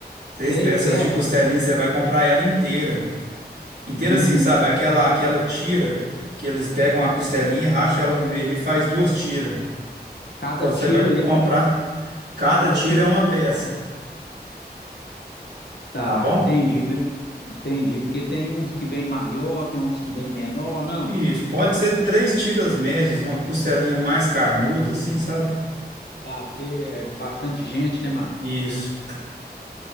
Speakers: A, on the right; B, on the left.
A: Três
B: Três
A: peças
B: pés.
A: de costelinha, você vai comprar ela inteira. Inteira
B: Hum,
A: assim, sabe? Aquela aquela tira que eles pegam a costelinha, racha ela no meio ali e faz duas tiras.
B: cada
A: Então
B: tiro
A: você vai comprar,
B: ali é mais ou menos.
A: cada
B: Cada
A: tira
B: tiro
A: é
B: ali
A: uma
B: é mais
A: peça,
B: ou menos. Tá,
A: tá bom?
B: entendi. Entendi, porque tem uns que vem maior, tem uns que vem menor, não?
A: Isso, pode ser três tiras médias, uma costelinha mais carnuda assim, sabe?
B: Tá, porque é bastante gente, né, mano?
A: Isso.